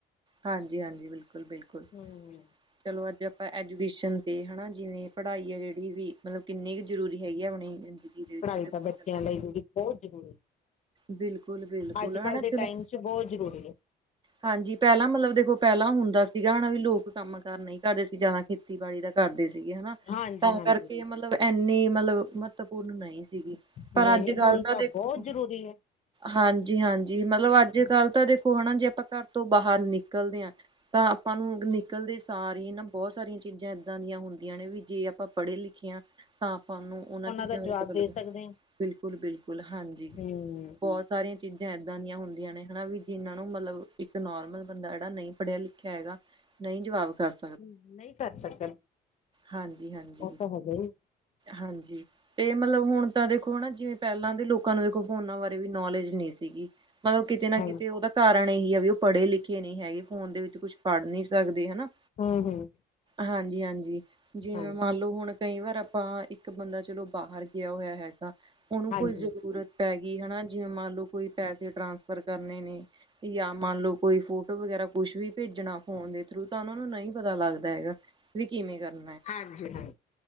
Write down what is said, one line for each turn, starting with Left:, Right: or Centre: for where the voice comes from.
Right: ਹਾਂਜੀ-ਹਾਂਜੀ, ਬਿਲਕੁਲ-ਬਿਲਕੁਲ
Left: ਹੂੰ।
Right: ਚਲੋ ਅੱਜ ਆਪਾਂ ਐਜੂਕੇਸ਼ਨ ਤੇ ਹੈ ਨਾਂ ਜਿਵੇਂ ਪੜ੍ਹਾਈ ਹੈ ਜਿਹੜੀ ਵੀ, ਮਤਲਬ ਕਿੰਨੀ ਕੁ ਜ਼ਰੂਰੀ ਹੈਗੀ ਆ, ਆਪਣੀ ਜ਼ਿੰਦਗੀ ਦੇ ਵਿੱਚ
Left: ਪੜ੍ਹਾਈ
Right: ਉਹਦੇ
Left: ਤਾਂ
Right: ਉੱਪਰ
Left: ਬੱਚਿਆਂ
Right: ਗੱਲ ਕਰ
Left: ਲਈ ਜਿਹੜੀ ਬਹੁਤ ਜ਼ਰੂਰੀ ਏ।
Right: ਬਿਲਕੁਲ ਬਿਲਕੁਲ
Left: ਅੱਜ ਕੱਲ
Right: ਹਨਾ
Left: ਦੇ
Right: ਚਲੋ
Left: ਟਾਈਮ ਚ, ਬਹੁਤ ਜ਼ਰੂਰੀ ਹੈ।
Right: ਹਾਂਜੀ ਪਹਿਲਾਂ ਮਤਲਬ ਦੇਖੋ, ਪਹਿਲਾਂ ਹੁੰਦਾ ਸੀਗਾ, ਹਣਾ ਵੀ ਲੋਕ ਕੰਮ ਕਾਰ ਨਹੀਂ ਕਰਦੇ ਸੀ ਜ਼ਿਆਦਾ ਖੇਤੀਬਾੜੀ ਦਾ ਕਰਦੇ ਸੀਗੇ ਹਨਾਂ,
Left: ਹਾਂਜੀ
Right: ਤਾਂ
Left: ਹਾਂਜੀ
Right: ਕਰਕੇ ਮਤਲਬ ਇੰਨੀ ਮਤਲਬ ਮਤਬ <unintelligible> ਨਹੀਂ ਸੀਗੀ ਪਰ
Left: ਨਹੀਂ
Right: ਅੱਜ-ਕੱਲ
Left: ਨਹੀਂ ਹੁਣ
Right: ਤਾਂ ਦੇਖੋ
Left: <inaudible>
Right: ਹਾਂਜੀ-ਹਾਂਜੀ, ਮਤਲਬ ਅੱਜ ਕੱਲ ਤਾਂ ਦੇਖੋ ਹੈਨਾ ਜੇ ਆਪਾਂ ਘਰ ਤੋਂ ਬਾਹਰ ਨਿਕਲਦੇ ਆ ਤਾਂ ਆਪਾਂ ਨੂੰ ਨਿਕਲਦੇ ਸਾਰ ਹੀ ਨਾ ਬਹੁਤ ਸਾਰੀਆਂ ਚੀਜ਼ਾਂ ਇੱਦਾਂ ਦੀਆਂ ਹ ਹੁੰਦੀਆਂ ਨੇ ਵੀ ਜੇ ਆਪਾਂ ਪੜ੍ਹੇ ਲਿਖੇ ਆ ਹਾਂ ਆਪਾਂ ਨੂੰ ਉਹਨਾਂ ਚੀਜ਼ਾਂ
Left: ਦਾ
Right: ਬਾਰੇ
Left: ਜਵਾਬ
Right: ਪਤਾ
Left: ਦੇ
Right: ਲੱਗਾ।
Left: ਸਕਦੇ
Right: ਬਿਲਕੁਲ ਬਿਲਕੁਲ ਹਾਂਜੀ
Left: ਹਮ
Right: ਬਹੁਤ ਸਾਰੀਆਂ ਚੀਜ਼ਾਂ ਏਦਾਂ ਦੀਆਂ ਹੁੰਦੀਆਂ ਨੇ ਹਨਾ ਵੀ ਜਿਨਾਂ ਨੂੰ ਮਤਲਬ ਨੋਰਮਲ ਬੰਦਾ ਜਿਹੜਾ ਨਹੀਂ ਪੜ੍ਹਿਆ ਲਿਖਿਆ ਹੈਗਾ। ਨਹੀਂ ਜਵਾਬ ਕਰ ਸਕ
Left: ਹਮ ਨਹੀਂ ਕਰ ਸਕਦਾ।
Right: ਹਾਂਜੀ ਹਾਂਜੀ
Left: ਉਹ ਤਾਂ ਹੈਗਾ ਹੀ
Right: ਹਾਂਜੀ। ਤੇ ਮਤਲਬ ਹੁਣ ਤਾਂ ਦੇਖੋ ਨਾ ਜਿਵੇਂ ਪਹਿਲਾਂ ਦੇ ਲੋਕਾਂ ਨੂੰ ਦੇਖੋ ਫੋਨਾਂ ਬਾਰੇ ਵੀ ਨੌਲੇਜ ਨਹੀਂ ਸੀਗੀ ਮਤਲਬ ਕਿਤੇ ਨਾ
Left: ਹਾਂਜੀ
Right: ਕਿਤੇ ਉਹਦਾ ਕਾਰਨ ਇਹੀ ਆ ਵੀ ਉਹ ਪੜ੍ਹੇ ਲਿਖੇ ਨਹੀਂ ਹੈਗੇ। ਫੋਨ ਦੇ ਵਿੱਚ ਕੁਛ ਪੜ੍ਹ ਨਈ ਸਕਦੇ ਹਨਾ
Left: ਹੂੰ, ਹੂੰ
Right: ਹਾਂਜੀ-ਹਾਂਜੀ ਜਿਵੇਂ
Left: ਹਾਂਜੀ।
Right: ਮੰਨ ਲਓ ਹੁਣ ਕਈ ਵਾਰ ਆਪਾਂ ਇੱਕ ਬੰਦਾ ਚਲੋ ਬਾਹਰ ਗਿਆ ਹੋਇਆ ਹੈਗਾ ਉਹਨੂੰ
Left: ਹਾਂਜੀ
Right: ਕੋਈ ਜ਼ਰੂਰਤ ਪੈ ਗਈ ਹਨਾ ਜਿਵੇਂ ਮੰਨ ਲਓ ਕੋਈ ਪੈਸੇ ਟ੍ਰਾਂਸਫਰ ਕਰਨੇ ਨੇ ਜਾਂ ਮੰਨ ਲਓ ਕੋਈ ਫੋਟੋ ਵਗੈਰਾ ਕੁਛ ਵੀ ਭੇਜਣਾ ਫੋਨ ਦੇ ਥਰੂ। ਤਾਂ ਉਹਨਾਂ ਨੂੰ ਨਹੀਂ ਪਤਾ ਲੱਗਦਾ ਦਾ ਹੈਗਾ ਵੀ ਕਿਵੇਂ ਕਰਨਾ-
Left: ਹਾਂਜੀ-ਹਾਂਜੀ।